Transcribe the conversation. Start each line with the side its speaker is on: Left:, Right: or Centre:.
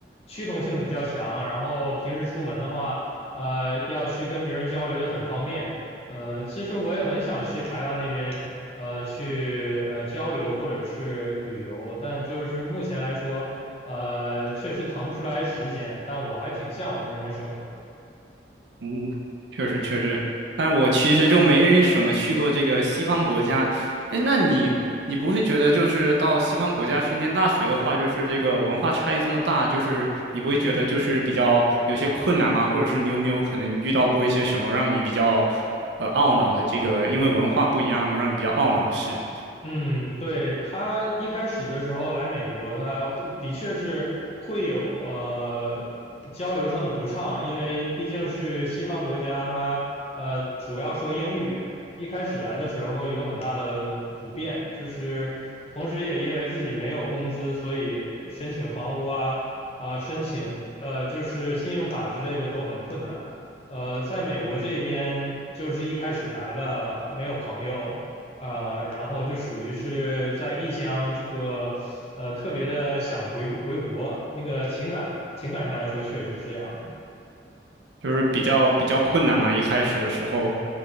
Left: 趋同性比较强，然后平时出门的话，呃，要去跟别人交流也很方便。呃，其实我也很想去台湾那边，呃，去呃交流或者是旅游，但就是目前来说，呃，确实腾不出来时间，但我还挺向往那边生活的。
Right: 嗯，确实确实，但我其实就没什么去过这个西方国家。哎，那你你不会觉得就是到西方国家去念大学的话，就是这个文化差异这么大，就是你不会觉得就是比较有些困难吗？或者是你有没有可能遇到过一些什么让你比较呃懊恼的这个，因为文化不一样让你比较懊恼的事，
Left: 嗯，对，他一开始的时候来美国，他的确是会有呃交流上的不畅，因为毕竟是西方国家，他呃主要说英语，一开始来的时候有很大的不便，就是同时也因为自己没有工资，所以申请房屋啊啊、申请呃就是信用卡之类的都很困难。呃，在美国这边，就是一开始来了没有朋友。呃，然后就属于是在异乡这个呃特别的想回回国，那个情感情感上来说确实是这样的。
Right: 就是比较比较困难嘛？一开始的时候，